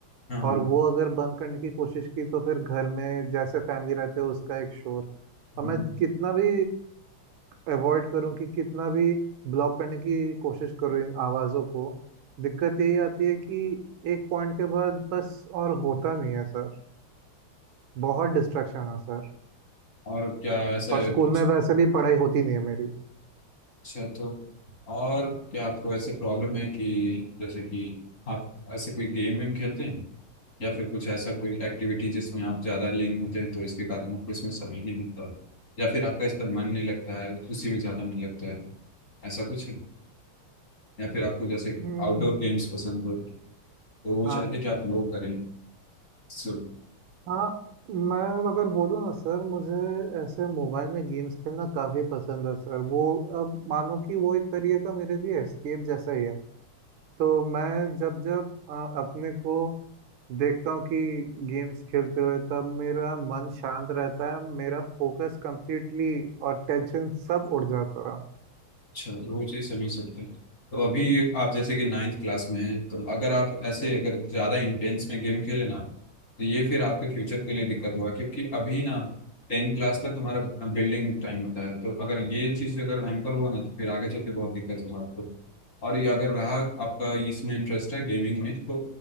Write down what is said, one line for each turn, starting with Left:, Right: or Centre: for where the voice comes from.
Left: हाँ हाँ
Right: और वो अगर बंद करने की कोशिश की तो फिर घर में जैसे फैमिली रहते हैं उसका एक शोर और
Left: हम्म।
Right: मैं कितना भी अवॉइड करूं कि कितना भी ब्लॉक करने की कोशिश करूं इन आवाज़ों को दिक्कत यही आती है कि एक पॉइंट के बाद बस और होता नहीं है सर बहुत डिस्ट्रैक्शन है सर
Left: और क्या ऐसा है
Right: और स्कूल
Left: कुछ
Right: में वैसे भी पढ़ाई होती नहीं है मेरी
Left: अच्छा तो और क्या आपको ऐसे प्रॉब्लम है कि जैसे कि आप ऐसे कोई गेम वेम खेलते हैं या फिर कुछ ऐसा कोई एक्टिविटी जिसमें आप ज़्यादा लीन होते हैं तो इसके कारण आपको इसमें समय नहीं मिलता है, या फिर आपका इसका मन नहीं लगता है उसी में ज़्यादा मन लगता है ऐसा कुछ है या फिर आपको जैसे
Right: हम्म
Left: आउटडोर गेम्स पसंद हो तो वो
Right: हाँ
Left: चाहते हैं कि आप वो करें सो
Right: हाँ मैं अगर बोलूँ ना सर मुझे ऐसे मोबाइल में गेम्स खेलना काफ़ी पसंद है सर वो अब मानो कि वो एक तरीके का मेरे लिए एस्केप जैसा ही है तो मैं जब जब अ, अपने को देखता हूँ कि गेम्स खेलते हुए तब मेरा मन शांत रहता है मेरा फोकस कंप्लीटली और टेंशन सब उड़ जाता है
Left: अच्छा रोज ही समझ सकते हैं तो अभी आप जैसे कि नाइन्थ क्लास में हैं तो अगर आप ऐसे अगर ज़्यादा इंटेंस में गेम खेले ना तो ये फिर आपके फ्यूचर के लिए दिक्कत होगा क्योंकि अभी ना टेंथ क्लास तक हमारा बिल्डिंग टाइम होता है तो अगर ये चीज़ अगर हैम्पर हुआ ना तो फिर आगे चल के बहुत दिक्कत होगा आपको और ये अगर रहा आपका इसमें इंटरेस्ट है गेमिंग में तो